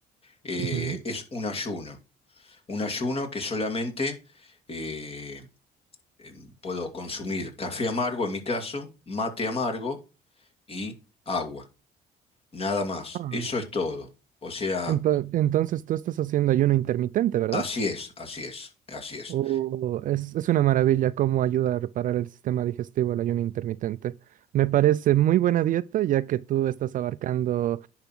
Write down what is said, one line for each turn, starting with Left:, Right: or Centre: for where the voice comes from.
Left: eh,
Right: ujú.
Left: es un ayuno. Un ayuno que solamente eh, em, puedo consumir café amargo, en mi caso, mate amargo y agua. Nada más.
Right: Ah.
Left: Eso es todo. O sea,
Right: Ento- entonces tú estás haciendo ayuno intermitente, ¿verdad?
Left: así es, así es, así es,
Right: Uh, es, es una maravilla cómo ayuda a reparar el sistema digestivo el ayuno intermitente. Me parece muy buena dieta ya que tú estás abarcando